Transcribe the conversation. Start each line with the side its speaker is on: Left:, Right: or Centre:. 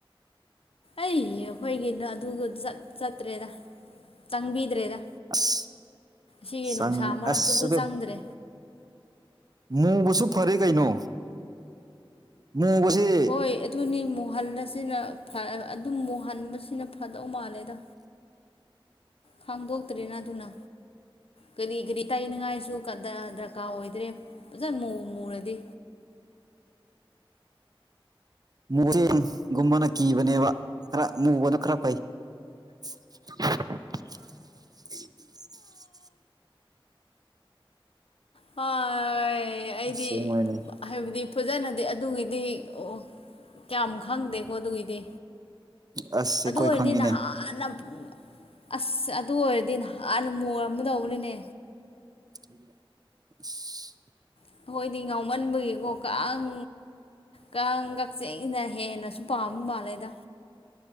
Left: ꯑꯩ ꯑꯩꯈꯣꯏꯒꯤꯅ ꯑꯗꯨꯒ ꯆꯠꯇ꯭ꯔꯦꯗ ꯆꯪꯕꯤꯗ꯭ꯔꯦꯗ
Right: ꯑꯁ
Left: ꯁꯤꯒꯤ
Right: ꯆꯪ
Left: ꯅꯨꯡꯁꯥ ꯃꯔꯛꯇꯗ
Right: ꯑꯁ ꯑꯗꯣ
Left: ꯆꯪꯗ꯭ꯔꯦ
Right: ꯃꯨꯕꯁꯨ ꯐꯔꯦ ꯀꯩꯅꯣ ꯃꯨꯕꯁꯤ
Left: ꯍꯣꯏ ꯑꯗꯨꯅꯤ ꯃꯨꯍꯟꯕꯁꯤꯅ ꯑꯗꯨꯝ ꯃꯨꯍꯟꯕꯁꯤꯅ ꯊꯥꯗꯧ ꯃꯥꯜꯂꯦꯗ ꯈꯥꯡꯗꯣꯛꯇꯔꯤꯅ ꯑꯗꯨꯅ ꯀꯔꯤ ꯀꯔꯤ ꯇꯩꯅꯤꯉꯥꯏꯁꯨ ꯗꯔꯀꯥꯔ ꯑꯣꯏꯗ꯭ꯔꯦ ꯐꯖꯅ ꯃꯨꯔꯗꯤ
Right: <unintelligible> <inaudible> ꯃ ꯆꯦꯡꯒꯨꯝꯕꯅ ꯀꯤꯕꯅꯦꯕ ꯈꯔ ꯃꯨꯕꯅ ꯈꯔ ꯐꯩ <unintelligible> <inaudible>
Left: ꯍꯣꯏ ꯑꯩꯗꯤ
Right: ꯁꯦꯡꯕꯅꯦ
Left: ꯍꯥꯏꯕꯗꯤ ꯐꯖꯅꯗꯤ ꯑꯗꯨꯒꯤꯗꯤ ꯑꯣ ꯀꯌꯥꯝ ꯈꯪꯗꯦꯀꯣ ꯑꯗꯨꯒꯤꯗꯤ
Right: ꯑꯁ
Left: ꯑꯗꯨ
Right: ꯑꯩꯈꯣꯏ
Left: ꯑꯣꯏꯔꯗꯤ
Right: ꯈꯪꯉꯤꯅꯦ
Left: ꯅꯍꯥꯟꯅ ꯑꯁ ꯑꯗꯨ ꯑꯣꯏꯔꯗꯤ ꯅꯍꯥꯟꯅ ꯃꯣꯣꯔꯝꯒ ꯇꯧꯕꯅꯤꯅꯦ
Right: ꯑ <unintelligible> <inaudible>
Left: ꯑꯩꯈꯣꯏꯗꯤ ꯉꯥꯎꯃꯟꯕꯒꯤꯀꯣ ꯀꯥꯡ ꯀꯥꯡ ꯀꯛꯆꯦꯡꯁꯤꯅ ꯍꯦꯟꯅꯁꯨ ꯄꯥꯝꯕ ꯃꯥꯜꯂꯦꯗ